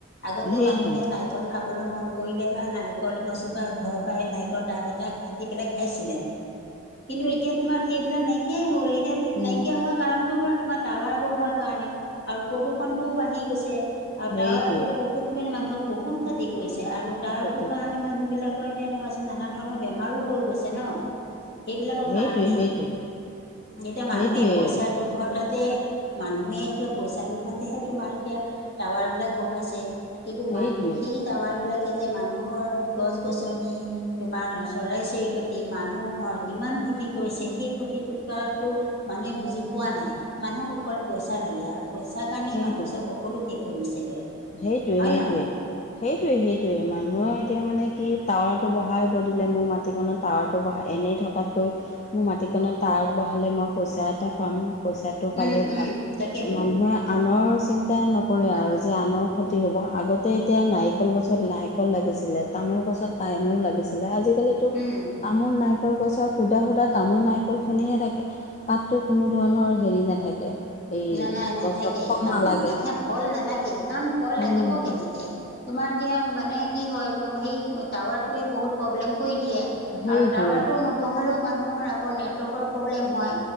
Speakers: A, on the left (about 50°); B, on the left (about 35°).
A: আগতে
B: সেইটোৱে,
A: মানুহে নাৰিকল খাবলৈ মন কৰিলে বা নাৰিকল গছপা ঘৰৰ পৰা সেই নাৰিকলৰ ডাব এটা কাটি পেলাই খাইছিলে কিন্তু এতিয়া তোমাৰ সেইবিলাক নাইকিয়াই হ'ল এতিয়া
B: উম,
A: নাইকিয়া হোৱা কাৰণটো হ'ল তোমাৰ টাৱাৰ বহোৱাৰ কাৰণে আৰু প্ৰদূষণটোও বাঢ়ি গৈছে আৰু
B: সেইটোৱে
A: টাৱাৰটোৱে বহুত মানে মানুহক বহুত ক্ষতি কৰিছে আৰু টাৱাৰটোৰ
B: সেইটোৱে,
A: কাৰণে মানু্হবিলাকৰ এতিয়া ধৰাচোন নানা ধৰণৰ বেমাৰো হৈ গৈছে ন' এইবিলাক
B: সেইটোৱে,
A: কাৰণে
B: সেইটোৱে,
A: এতিয়া
B: সেইটোৱে,
A: মানুহে পইচা লোভততে মানুহে এতিয়া পইচা লোভতহে তোমাৰ এতিয়া টাৱাৰবিলাক বহোৱাইছে। কিন্তু
B: সেইটোৱে,
A: মান সেই টাৱাৰবিলাকে যে মানুহৰ গছ- গছনি তোমাৰ চৰাই-চিৰিকটি মানুহৰ কিমান ক্ষতি কৰিছে সেই ক্ষতিটো কাৰণটো মানুহে বুজি পোৱা নাই মানুহক অকল পইচা লাগে আৰু পইচাৰ কাৰণেই
B: সেইটোৱে
A: মানুহ চব সকলো শেষ হৈ গৈছেগৈ।
B: সেইটোৱে
A: হয়
B: - সেইটোৱে।
A: নহয়
B: সেইটোৱে- সেইটোৱে মানুহে এতিয়া মানে কি টাৱাৰটো বহাব দিলে মোৰ মাত মাটিকণত টাৱাৰটো বহা এনেই থকাতকৈ মোৰ মাটিকণত টাৱাৰটো বহালে মই পইচা এটা পাম। পইচাটো পালে
A: উম
B: ভাল
A: উম তাকেতো
B: মানুহে আনৰ চিন্তা নকৰে আৰু যে আনৰ ক্ষতি হ'ব আগতে এতিয়া নাৰিকল গছত নাৰিকল লাগিছিলে তামোল গছত তামোল লাগিছিলে আজিকালি তো
A: উম
B: তামোল, নাৰিকল গছৰ সুধা -সুধা তামোল, নাৰিকলখিনিয়ে থাকে। তাতটো কোনো ধৰণৰ হেৰি নাথাকে। এই
A: নে নাই নাথাকে
B: গছত ফল
A: তামোল
B: নালাগে
A: নাথাক ফল নালাগেই কাৰণ ফল
B: ফোন
A: লাগিব
B: নলগা
A: কেনেকে
B: হ'ল
A: তোমাৰ এতিয়া মানে কি হয় তোমাৰ সেই টাৱাৰটোৱে বহুত প্ৰব্লেম কৰি দিয়ে
B: সেইটোৱে
A: আৰু টাৱাৰটো নবহালেও মানুহৰ আকৌ নেটৱৰ্কৰ প্ৰব্লেম হয়।